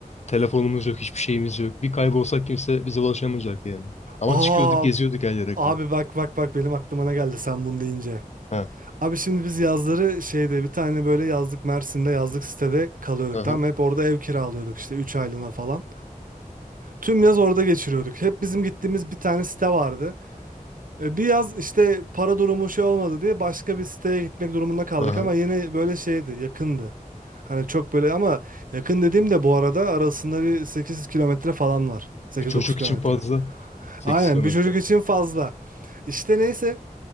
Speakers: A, on the left; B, on the right.
A: Telefonumuz yok, hiçbir şeyimiz yok. Bir kaybolsak kimse bize ulaşamayacak yani. Ama
B: Aa
A: çıkıyorduk, geziyorduk her yere
B: abi
A: kadar.
B: bak bak bak benim aklıma ne geldi sen bunu deyince.
A: Ha,
B: Abi şimdi biz yazları şeyde bir tane böyle yazlık Mersin'de yazlık sitede kalıyorduk
A: aha,
B: tamam mı? Hep orada ev kiralıyorduk işte 3 aylığına falan. Tüm yaz orada geçiriyorduk. Hep bizim gittiğimiz bir tane site vardı. E, Bir yaz işte para durumu şey olmadı diye başka bir siteye gitmek durumunda kaldık
A: aha.
B: ama yine böyle şeydi, yakındı. Hani çok böyle ama yakın dediğim de bu arada arasında bir sekiz kilometre falan var. sekiz
A: Bir çocuk
B: dokuz kilometre.
A: için fazla. 8
B: Aynen
A: kilometre.
B: bir çocuk için fazla. İşte neyse